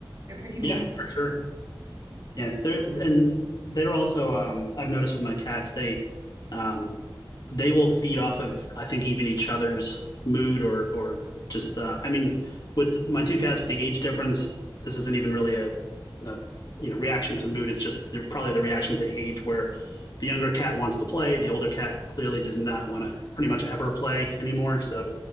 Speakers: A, on the right (about 45°); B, on the left (about 55°).
A: They're pretty amazing.
B: yeah, for sure. Yeah, they're and they're also um I've noticed with my cats they um they will feed off of I think even each other's mood or or just uh I mean with my two cats with the age difference this isn't even really a, a you know reaction to mood it's just they're probably the reaction to age where the younger cat wants to play the older cat clearly does not want to pretty much ever play anymore so